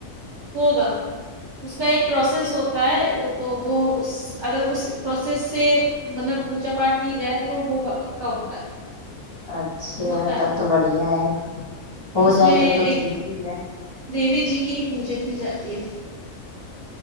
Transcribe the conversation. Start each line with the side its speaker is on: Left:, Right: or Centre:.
Right: ہوگا اس کا ایک پروسیس ہوتا ہے تو وہ اس اگر اس پروسیس سے مطلب پوجا پاٹھ کی جائے تو وہ پکا ہوتا ہے
Left: اچھا
Right: ہوتا
Left: تب
Right: ہے
Left: تو بڑھیا ہے ہو
Right: اس
Left: جائے
Right: میں
Left: تب
Right: ایک
Left: تو ٹھیک ہی ہے
Right: دیوی جی کی ہی پوجا کی جاتی ہے